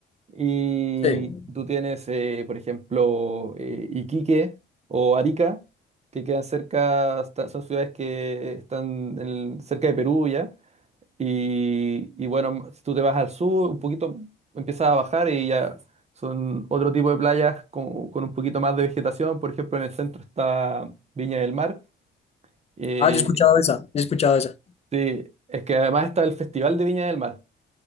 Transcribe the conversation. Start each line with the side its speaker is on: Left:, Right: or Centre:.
Right: Y
Left: Sí.
Right: tú tienes, eh, por ejemplo, eh, Iquique o Arica, que quedan cerca, está- son ciudades que están en el- cerca de Perú ya. Y, y bueno, m- si tú te vas al sur, un poquito empiezas a bajar y ya son otro tipo de playas con, con un poquito más de vegetación. Por ejemplo, en el centro está Viña del Mar. eh,
Left: Ah, yo he escuchado esa, yo he escuchado esa.
Right: Sí, es que además está el Festival de Viña del Mar.